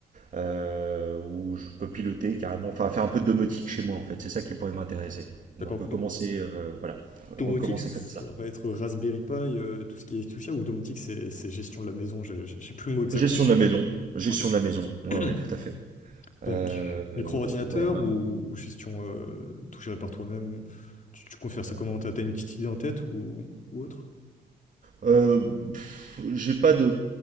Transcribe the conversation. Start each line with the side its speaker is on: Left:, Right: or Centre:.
Right: euh, où je peux piloter carrément, enfin faire un peu de domotique chez moi, en fait, c'est ça qui pourrait m'intéresser.
Left: D'accord.
Right: Donc euh, commencer,
Left: Donc,
Right: euh, voilà,
Left: domotique,
Right: recommencer
Left: ça
Right: comme ça.
Left: va être Raspberry Pi, euh, tout ce qui est tout ça, ou domotique, c'est c'est gestion de la maison, j'ai j'ai- j'ai plus le mot exact.
Right: Gestion
Left: euh.
Right: de la maison, gestion
Left: Ok.
Right: de la maison, ouais,
Left: <clears throat>
Right: ouais, tout à fait. Euh,
Left: Donc,
Right: euh,
Left: micro-ordinateur
Right: voilà,
Left: ou, ou gestion euh, tout géré par toi-même, tu, tu confères ça comment? T'as t'as une petite idée en tête ou, ou autre?
Right: Euh, pff, j'ai pas de,